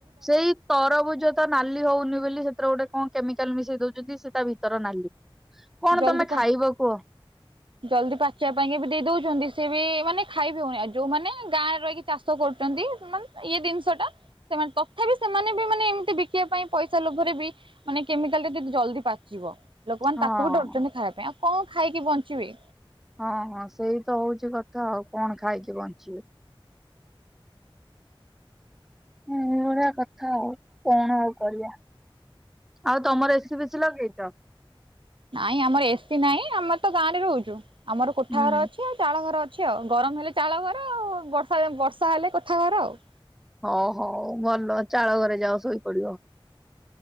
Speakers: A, in the centre; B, on the right.
A: ସେଇ ତରଭୁଜ ତ ନାଲି ହଉନି ବୋଲି ସେଥିରେ ଗୋଟେ କଣ କେମିକାଲ ମିଶେଇ ଦଉଚନ୍ତି ସେ ତା ଭିତର ନାଲି। କଣ
B: ଜଲଦି
A: ତମେ
B: ପା
A: ଖାଇବ କୁହ
B: ଜଲ୍ଦି ପାଚିବା ପାଇଁ ବି ଦେଇ ଦଉଚନ୍ତି ସିଏ ବି ମାନେ ଖାଇବିହଉନି ଆଉ ଯୋଉମାନେ ଗାଁରେ ରହିକି ଚାଷ କରୁଚନ୍ତି ମାନେ ଇଏ ଜିନିଷ ଟା ସେମାନେ ତଥାପି ସେମାନେ ବି ମାନେ ଏମିତି ବିକିବା ପାଇଁ ପଇସା ଲୋଭରେ ବି ମାନେ କେମିକାଲ ରେ ଜଲଦି ପାଚିବ ଲୋକମାନେ
A: ହଁ।
B: ତାକୁ ବି ଡରୁଚନ୍ତି ଖାଇବା ପାଇଁ ଆଉ କଣ ଖାଇକି ବଞ୍ଚିବେ।
A: ହଁ ହଁ ସେଇ ତ ହଉଛି କଥା ଆଉ କଣ ଖାଇକି ବଞ୍ଚିବେ? ହଁ ଏଇଭଳିଆ କଥା ଆଉ କଣ ଆଉ କରିବା ଆଉ ତମର ଏସିି ଫେସି ଲଗେଇଚ
B: ନାଇଁ ଆମର ଏସିି ନାଇଁ ଆମେ ତ ଗାଁ ରେ ରହୁଛୁ ଆମର କୋଠା
A: ହୁଁ
B: ଘର ଅଛି ଚାଳ ଘର ଅଛି ଆଉ ଗରମ ହେଲେ ଚାଳ ଘର ଆଉ ବର୍ଷା ବର୍ଷା ହେଲେ କୋଠା ଘର ଆଉ
A: ହଉ ହଉ ଭଲ ଚାଳ ଘରେ ଯାଅ ଶୋଇପଡିବ।